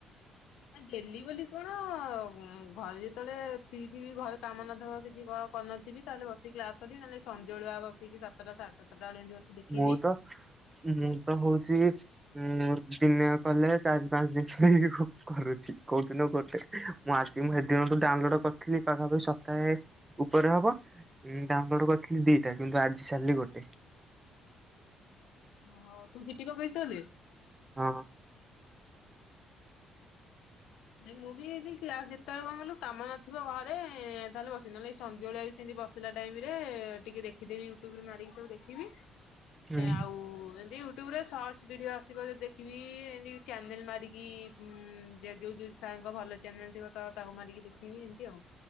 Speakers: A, on the left (about 80°); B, on the right (about 15°).
A: ଡେଲି ବୋଲି କଣ ଘରେ ଯେତେବେଳେ ଫ୍ରି ଥିବି ଘରେ କାମ ନଥବ ଯଦି ଘର କରିନଥିବି ତାହେଲେ ବସି କ୍ଲାସ କରିିବି ନହେଲେ ଯାଇ ସଞ୍ଜଓଳୁଆ ବସିକି ସାତଟା ସାଢେ ସାତଟା ବେଳେ ଏମିତି ବସିକି ଦେଖିବି।
B: ମୁଁ ତ ମୁଁ ତ ହଉଚି ଉଁ ଦିନେ କଲେ ଚାରି ପାଞ୍ଚ ଦିନ ରେ କରୁଛି। କୋଉ ଦିନ ଗୋଟେ ମୁଁ ଆଜି ମୁଁ ଏଦିନୁଠୁ ଡାଉଁଲୋଡ କରିଥିଲି ପାଖାପାଖି ସପ୍ତାହେ ଉପରେ ହବ ଉଁ ତାଙ୍କର କରିଥିଲି ଦିଟା କିନ୍ତୁ ଆଜି ସାରିଲି ଗୋଟେ
A: ଓହଁ ତୁ ଚିଠି ପକେଛୁ ତାହେଲେ
B: ହଁ
A: ନାଇ ମୁଁ ବି କ୍ଲାସ ଯେତେବେଳେ କଣ କହିଲୁ କାମ ନଥିବ ଘରେ ତାହେଲେ ବସି ନହେଲେ ସଞ୍ଜବେଳେ ବସି ବସିଲା ଟାଇମରେ ଟିକେ ଦେଖିଦେବି ୟୁଟୁବରେ ମାରିକି ସବୁ ଦେଖିବି
B: ହୁଁ
A: ଆଉ ଏମତି ୟୁଟ୍ୟୁବରେ ସର୍ଟ ଭିଡିଓ ଆସିବ ଯଦି ଦେଖ ଦେଖିବି ଏ ଚ୍ୟାନେଲ ମାରିକି ଉଁ ଯୋଉ ଯୋଉ ସାର ଙ୍କ ଭଲ ଚ୍ୟାନେଲ ଥିବ ତ ତାକୁ ମାରିକି ଦେଖିବି ଏମିତି ଆଉ